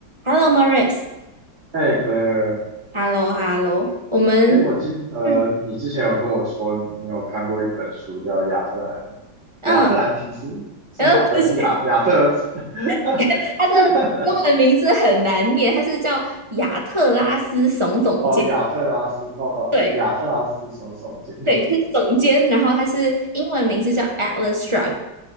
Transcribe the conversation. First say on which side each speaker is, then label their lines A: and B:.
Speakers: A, on the right; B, on the right.
A: Hello, Maurice。
B: 哎 c l a r
A: Hello, Hello。我们，
B: 哎，我记得你之前有跟我说你有看过一本书叫《亚特兰
A: 嗯，
B: 亚特兰提斯》是吗？
A: 嗯，然后不是
B: 还是亚亚特？
A: <laughs>，
B: <laughs>
A: 他的中文名字很难念，他是叫亚特拉斯耸总监。
B: 哦，亚特拉斯，哦，
A: 对，
B: 亚特拉斯耸耸肩。
A: 对，他是总监。然后他是英文名字叫《Atlas Shrugged》，